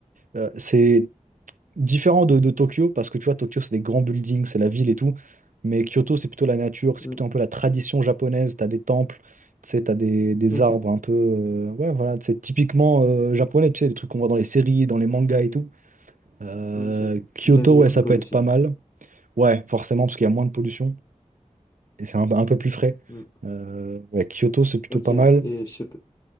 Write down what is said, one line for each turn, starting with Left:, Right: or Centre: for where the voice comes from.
Right: euh, c'est différent de, de Tokyo, parce que tu vois, Tokyo, c'est des grands buildings, c'est la ville et tout. Mais Kyoto, c'est plutôt la nature, c'est
Left: Hmm,
Right: plutôt un peu la tradition japonaise. T'as des temples, tu sais, t'as des, des
Left: Ok,
Right: arbres un peu. euh, ouais, voilà, c'est typiquement euh, japonais, tu sais, les trucs qu'on voit dans les séries, dans les mangas et tout. Euh,
Left: ok.
Right: Kyoto,
Left: L'air y
Right: ouais,
Left: est plus
Right: ça
Left: bonne
Right: peut être
Left: aussi.
Right: pas mal. Ouais, forcément, parce qu'il y a moins de pollution. Et c'est un, un peu plus frais.
Left: Hmm,
Right: Euh, ouais, Kyoto, c'est plutôt
Left: Ok,
Right: pas
Left: et
Right: mal.
Left: je sais pas-